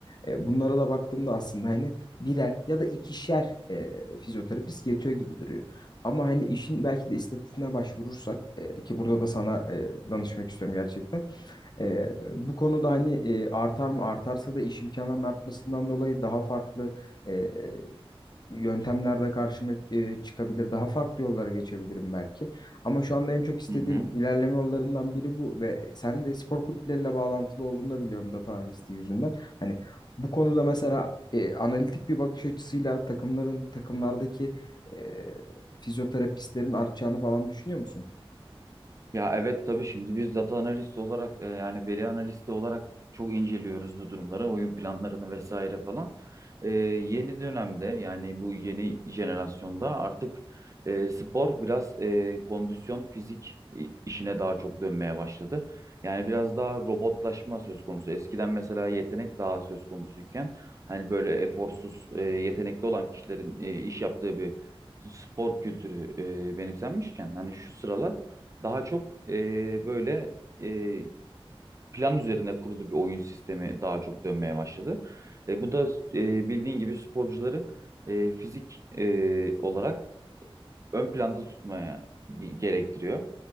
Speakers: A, on the left; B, on the right.
A: E, bunlara da baktığımda aslında hani birer ya da ikişer e, fizyoterapist yetiyor gibi duruyor. Ama hani işin belki de istatistiğine başvurursak e, ki burada da sana e, danışmak istiyorum gerçekten. E, bu konuda hani e, artar mı artarsa da iş imkanlarının artmasından dolayı daha farklı e, yöntemlerde karşıma e, çıkabilir. Daha farklı yollara geçebilirim belki. Ama şu anda en çok istediğim
B: Hı hı.
A: ilerleme yollarından biri bu ve sen de spor kulüpleriyle bağlantılı olduğunu da biliyorum data analisti yüzünden. Hani bu konuda mesela e, analitik bir bakış açısıyla takımların takımlardaki e, fizyoterapistlerin artacağını falan düşünüyor musun?
B: Ya evet tabii şimdi biz data analisti olarak e, yani veri analisti olarak çok inceliyoruz bu durumları, oyun planlarını vesaire falan. E, yeni dönemde yani bu yeni jenerasyonda artık e, spor biraz e, kondisyon fizik i- işine daha çok dönmeye başladı. Yani biraz daha robotlaşma söz konusu. Eskiden mesela yetenek daha söz konusuyken hani böyle eforsuz e, yetenekli olan kişilerin e, iş yaptığı bir spor kültürü e, benimsenmişken hani şu sıralar Daha çok e, böyle e, plan üzerine kurulu bir oyun sistemi daha çok dönmeye başladı. E, bu da e, bildiğin gibi sporcuları e, fizik e, olarak ön planda tutmaya gerektiriyor.